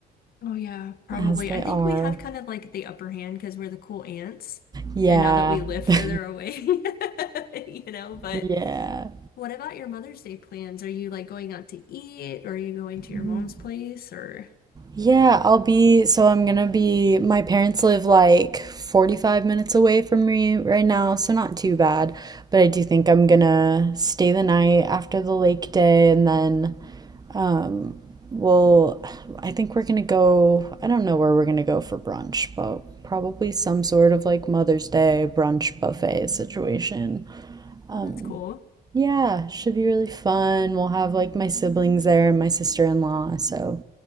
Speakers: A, on the left; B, on the right.
A: Oh yeah, probably.
B: as they
A: I
B: are.
A: think we have kind of like the upper hand because we're the cool ants,
B: Yeah.
A: and now that we live further
B: <laughs>
A: away, <laughs> you know. But
B: Yeah.
A: what about your Mother's Day plans? Are you like going out to eat, or are you going to your
B: Mhm.
A: mom's place, or?
B: Yeah, I'll be, so I'm gonna be, my parents live like 45 minutes away from me right now, so not too bad. But I do think I'm gonna stay the night after the lake day and then, um, we'll, I think we're gonna go, I don't know where we're gonna go for brunch, but probably some sort of like Mother's Day brunch buffet situation. Um,
A: Oh, that's cool.
B: yeah, should be really fun. We'll have like my siblings there and my sister-in-law, so